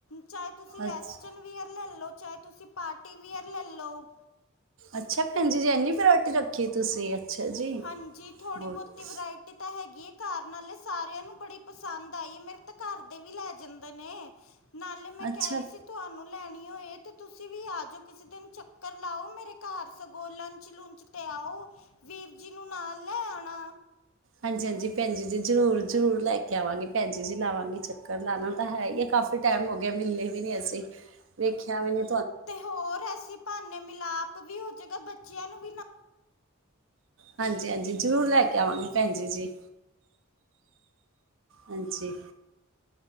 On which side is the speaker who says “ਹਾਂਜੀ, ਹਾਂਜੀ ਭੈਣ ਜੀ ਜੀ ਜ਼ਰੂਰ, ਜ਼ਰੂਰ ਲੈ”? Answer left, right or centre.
Right